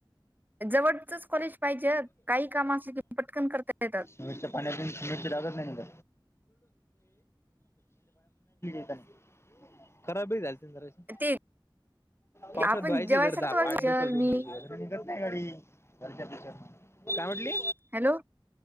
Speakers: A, on the right; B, on the left.
A: जवळचच कॉलेज पाहिजे काही काम असले की पटकन करता येतात
B: <unintelligible> मिरची पाण्यातून मिरची लागत नाही नव्ह का? <unintelligible> खराब बी झालती ना जराशी?
A: ते
B: पावसात
A: आपण
B: याची
A: जेवायसाठी
B: दर्जा
A: नव्हतो
B: पार्ट टू
A: चल
B: <unintelligible>
A: मी
B: <unintelligible> काय म्हंटली?
A: हॅलो.